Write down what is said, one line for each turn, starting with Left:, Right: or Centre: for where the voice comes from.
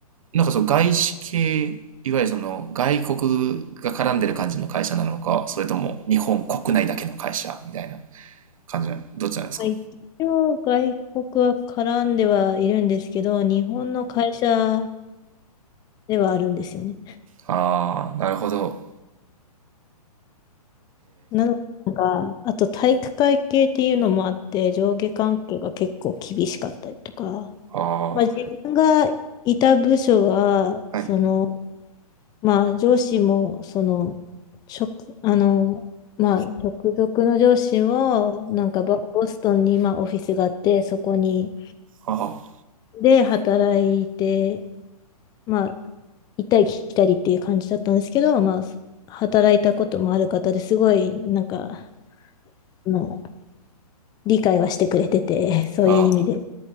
Right: なんかその外資系、いわゆるその外国が絡んでる感じの会社なのか、それとも日本国内だけの会社みたいな感じなの、どっちなんですか
Left: <laughs> まあ一応外国は絡んではいるんですけど、日本の会社ではあるんですよね。
Right: ああー、なるほど。
Left: なので、なんか、あと体育会系っていうのもあって、上下関係が結構厳しかったりとか、
Right: あ
Left: まあ自分がいた部署は、
Right: あ、
Left: その、
Right: はい。
Left: まあ、上司も、その、直、あの、まあ、直属の上司も、なんかボ、ボストンに、まあ、オフィスがあって、そこに、
Right: あ
Left: で、働いて、まあ、行ったり来たりっていう感じだったんですけど、まあ、働いたこともある方ですごい、なんか、あの、理解はしてくれてて、そういう意味で。
Right: あ、あ